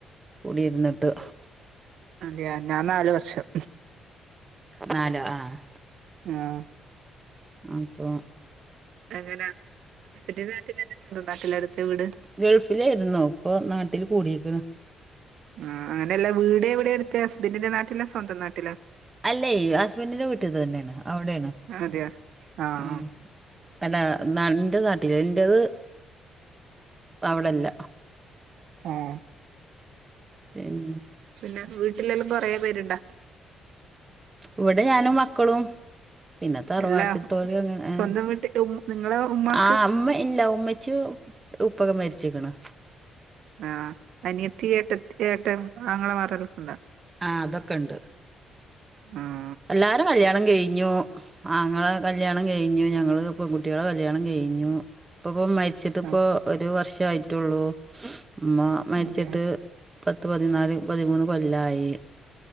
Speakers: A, on the right; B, on the right.
A: കൂടിയിരുന്നിട്ട്
B: അതെയ ഞാൻ നാല് വർഷം
A: നാലൊ ആഹ്
B: ആഹ്
A: അപ്പോ
B: അങ്ങന ഹസ്ബന്റിന്റെ നാട്ടിലതന്നെ സ്വന്തം നാട്ടിലടുത്ത് വീട്
A: ഗൾഫിലായിരുന്നോ ഇപ്പൊ നാട്ടിൽ കൂടിക്കണ്
B: ആഹ് അങ്ങനെയല്ല വീട് എവിടെയ എടുത്തെ ഹസ്ബന്റിന്റെ നാട്ടിലാ സ്വന്തം നാട്ടിലാ
A: അല്ലേ ഹസ്ബൻറിന്റെ വീട്ടീത് തന്നെയാണ് അവിടെയാണ്
B: അതയൊ ആഹ്
A: ഉം അല്ല ന്നാ ന്റെ നാട്ടില് ന്റത് അവിടെല്ല
B: ആഹ്
A: എൻ
B: പിന്നെ വീട്ടിലെല്ലാം കൊറേ പേരുണ്ടാ
A: ഇവിടെ ഞാനും മക്കളും പിന്നെ തറുവാട്ടിത്തോര്
B: എല്ലാ
A: ഇങ്ങനെ
B: സ്വന്തം വീട്ടില് ഉം നിങ്ങളെ ഉമ്മാക്ക്
A: ആഹ് അമ്മ ഇല്ല ഉമ്മച്ചി ഉപ്പക്കെ മരിച്ച്ക്ക്ണ്
B: ആഹ് അനിയത്തി ഏട്ടത്തി ഏട്ടൻ ആങ്ങള മരല്ലാണ്ടോ
A: ആഹ് അതൊക്കെണ്ട്
B: ആഹ്
A: എല്ലാരും കല്യാണം കഴിഞ്ഞു ആങ്ങള കല്യാണം കഴിഞ്ഞു ഞങ്ങള് പെൺകുട്ടികളെ കല്യാണം കഴിഞ്ഞു ഇപ്പപ്പൊ മരി ക്ഷേ ഇത്പ്പോ
B: ആഹ്
A: ഒരു വർഷായിട്ടുള്ളൂ ഉമ്മ മരിച്ചിട്ട്
B: അതെയാ
A: പത്ത് പതിനാല് പതിമൂന്ന് കൊല്ലായി